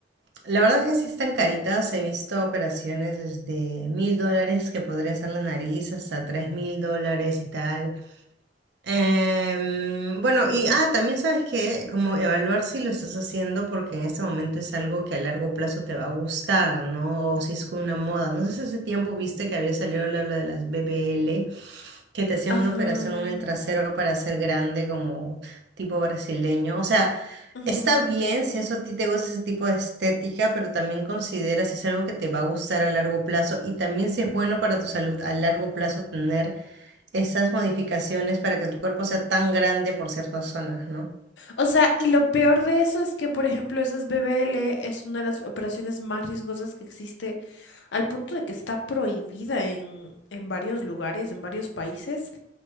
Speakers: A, on the right; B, on the left.
A: la verdad es que sí están caritas. He visto operaciones desde mil dólares que podría ser la nariz hasta tres mil dólares y tal. Em, bueno, y ah, también sabes que como evaluar si lo estás haciendo porque en este momento es algo que a largo plazo te va a gustar, ¿no? O si es una moda. No sé si hace tiempo viste que había salido la habla de las BBL, que te hacían
B: Ajá.
A: una operación en el trasero para ser grande como tipo brasileño. O sea,
B: Ujú.
A: está bien si eso a ti te gusta ese tipo de estética, pero también considera si es algo que te va a gustar a largo plazo y también si es bueno para tu salud a largo plazo tener esas modificaciones para que tu cuerpo sea tan grande por ciertas zonas, ¿no?
B: O sea, y lo peor de eso es que, por ejemplo, esas BBL es una de las operaciones más riesgosas que existe, al punto de que está prohibida en, en varios lugares, en varios países,